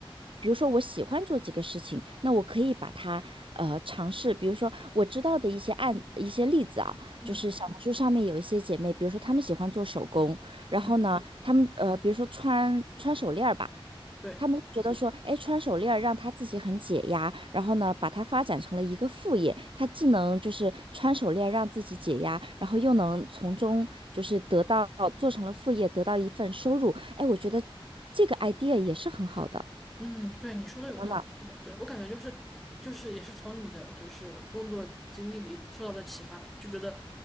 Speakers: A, on the right; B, in the centre.
A: 比如说我喜欢做几个事情，那我可以把它呃尝试，比如说我知道的一些案一些例子啊，
B: 嗯
A: 就是小红书上面有一些姐妹，比如说她们喜欢做手工，然后呢，
B: 嗯，
A: 她们呃，比如说穿穿手链儿吧。
B: <laughs> 对。
A: 他们会觉得说，哎，穿手链儿让他自己很解压，然后呢，把它发展成了一个副业。他既能就是穿手链让自己解压，然后又能从中就是得到，做成了副业，得到一份收入。哎，我觉得这个 idea 也是很好的。
B: 嗯，对，你说的有道理，
A: 真的，
B: 是的，对，我感觉就是就是也是从你的就是工作经历里受到的启发吧，就觉得